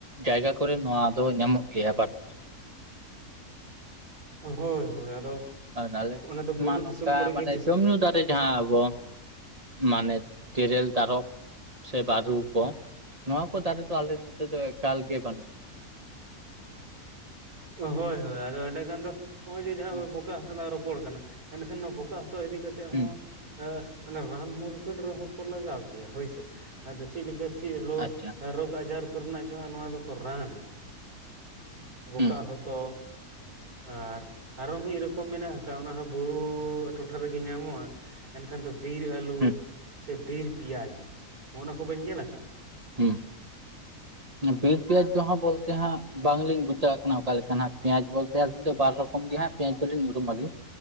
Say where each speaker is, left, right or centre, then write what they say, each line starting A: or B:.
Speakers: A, on the right; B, on the right.
A: ᱡᱟᱭᱜᱟ ᱠᱚᱨᱮ ᱱᱚᱣᱟ ᱫᱚ ᱧᱟᱢᱚᱜ ᱜᱮᱭᱟ ᱵᱟᱴ
B: ᱦᱚᱭ ᱦᱚᱭ ᱟᱫᱚ
A: ᱟᱨ ᱟᱞᱮ
B: ᱚᱱᱟ
A: ᱥᱮᱫ
B: ᱫᱚ ᱵᱩᱨᱩ
A: ᱢᱟ
B: ᱫᱤᱥᱚᱢ
A: ᱱᱚᱝᱠᱟ
B: ᱠᱚᱨᱮ
A: ᱢᱟᱱᱮ
B: ᱜᱮ ᱡᱟᱹᱥ
A: ᱡᱚᱢ-ᱧᱩ ᱫᱟᱨᱮ ᱡᱟᱦᱟᱸ ᱟᱵᱚ ᱢᱟᱱᱮ ᱛᱤᱨᱮᱞ, ᱛᱟᱨᱚᱵ᱾ ᱥᱮ ᱵᱟᱹᱨᱩ ᱠᱚ ᱱᱚᱣᱟ ᱠᱚ ᱫᱟᱨᱮ ᱫᱚ ᱟᱞᱮ ᱱᱚᱛᱮ ᱫᱚ ᱮᱠᱟᱞ ᱜᱮ ᱵᱟᱹᱱᱩᱜ-ᱟ᱾
B: ᱦᱚᱭ ᱦᱚᱭ ᱟᱫᱚ ᱮᱸᱰᱮ ᱠᱷᱟᱱ ᱫᱚ ᱱᱚᱜ-ᱚᱭ ᱡᱮ ᱡᱟᱦᱟᱸ
A: ᱦᱩᱸ
B: ᱵᱚᱠᱟᱜ ᱦᱚ ᱞᱟᱝ ᱨᱚᱯᱚᱲ ᱠᱟᱱᱟ, ᱮᱱᱠᱷᱟᱱ ᱱᱚᱣᱟ ᱵᱚᱠᱟᱜ ᱦᱚᱛᱚᱫ ᱤᱫᱤ ᱠᱟᱛᱮᱫ ᱦᱚᱸᱼᱼ
A: ᱦᱩᱸ
B: ᱚᱱᱟ ᱨᱟᱱ ᱢᱩᱨᱜᱟᱹᱱ ᱨᱮᱦᱚᱸ ᱠᱚ ᱞᱟᱜᱟᱣ ᱜᱮᱭᱟ ᱦᱳᱭᱥᱮ ᱟᱫᱚ ᱪᱮᱫ ᱞᱮᱠᱟᱼᱼ ᱪᱮᱫ ᱨᱳ
A: ᱟᱪᱪᱷᱟ
B: ᱨᱳᱜᱽ ᱟᱡᱟᱨ ᱠᱚᱨᱮᱱᱟᱜ ᱡᱳᱦᱟᱜ ᱱᱚᱣᱟ ᱫᱚᱠᱚ ᱨᱟᱱᱟ᱾ ᱵᱚᱠᱟᱜ
A: ᱦᱩᱸ
B: ᱦᱚᱛᱚᱜ, ᱟᱨ ᱟᱨᱚ ᱢᱤᱫ ᱨᱚᱠᱚᱢ ᱢᱮᱱᱟᱜ ᱟᱠᱟᱜ ᱚᱱᱟ ᱦᱚᱸ ᱵᱩᱨᱩ ᱴᱚᱴᱷᱟ ᱨᱮᱜᱮ ᱧᱟᱢᱚᱜᱼᱟ᱾ ᱮᱱᱠᱷᱟᱱ ᱫᱚ ᱵᱤᱨ ᱟᱞᱩ
A: ᱦᱩᱸ
B: ᱥᱮ ᱵᱤᱨ ᱯᱮᱸᱭᱟᱡᱽ ᱱᱚᱜ-ᱚᱭ ᱱᱚᱣᱟ ᱠᱚ ᱵᱤᱱ ᱧᱮᱞ ᱟᱠᱟᱜᱼᱟ?
A: ᱦᱩᱸ
B: <inaudible>
A: ᱵᱤᱨ ᱯᱮᱸᱭᱟᱡᱽ ᱫᱚ ᱦᱟᱜ ᱵᱚᱞᱛᱮ ᱦᱟᱜ ᱵᱟᱝᱞᱤᱧ ᱵᱩᱡᱷ ᱫᱟᱲᱮᱭᱟᱜ ᱠᱟᱱᱟ ᱚᱠᱟ ᱞᱮᱠᱟ ᱦᱟᱜ ᱯᱮᱸᱭᱟᱡᱽ ᱵᱚᱞᱛᱮ ᱟᱹᱞᱤᱧ ᱫᱚ ᱵᱟᱨ ᱨᱚᱠᱚᱢ ᱜᱮ ᱦᱟᱜᱼᱼ ᱯᱮᱸᱭᱟᱡᱽ ᱫᱚᱞᱤᱧ ᱩᱨᱩᱢᱟᱞᱤᱧ